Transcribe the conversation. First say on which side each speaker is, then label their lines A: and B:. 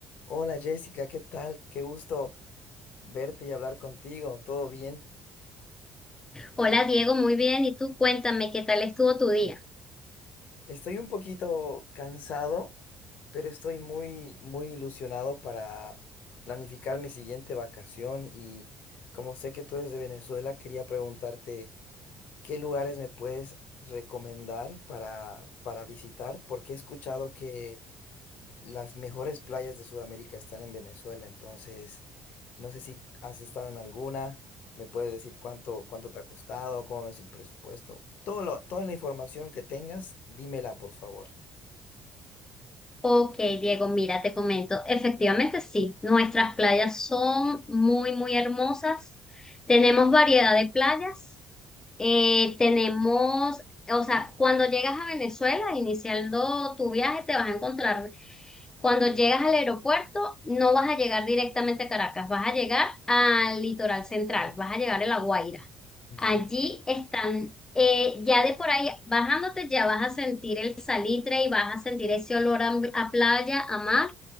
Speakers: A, on the left; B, on the left.
A: Hola Jessica, ¿qué tal? Qué gusto verte y hablar contigo. ¿Todo bien?
B: Hola Diego, muy bien. ¿Y tú cuéntame qué tal estuvo tu día?
A: Estoy un poquito cansado, pero estoy muy, muy ilusionado para planificar mi siguiente vacación y como sé que tú eres de Venezuela, quería preguntarte qué lugares me puedes recomendar para, para visitar, porque he escuchado que las mejores playas de Sudamérica están en Venezuela, entonces... No sé si has estado en alguna, me puedes decir cuánto, cuánto te ha costado, cómo es el presupuesto. Todo lo, toda la información que tengas, dímela, por favor.
B: Ok, Diego, mira, te comento. Efectivamente, sí, nuestras playas son muy, muy hermosas. Tenemos variedad de playas. Eh, tenemos, o sea, cuando llegas a Venezuela, iniciando tu viaje, te vas a encontrar, cuando llegas al aeropuerto, no vas a llegar directamente a Caracas, vas a llegar al litoral central, vas a llegar a La Guaira.
A: Ya,
B: Allí están, eh, ya de por ahí bajándote, ya vas a sentir el salitre y vas a sentir ese olor a, a playa, a mar,